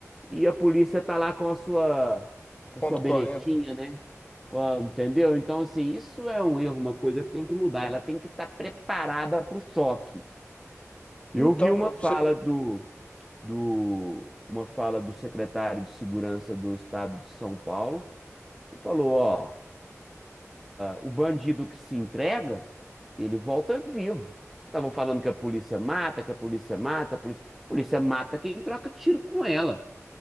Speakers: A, in the centre; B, on the left.
A: e a polícia tá lá com a sua, com
B: Ponto
A: a sua beretinha,
B: quarenta
A: né? Com a- entendeu? Então, assim, isso é um erro, uma coisa que tem que mudar. Ela tem que estar preparada para o choque. Eu
B: Então,
A: vi uma
B: pra você...
A: fala do, do, uma fala do secretário de Segurança do Estado de São Paulo e falou, ó o bandido que se entrega, ele volta vivo. Estavam falando que a polícia mata, que a polícia mata, a polícia, a polícia mata quem troca tiro com ela,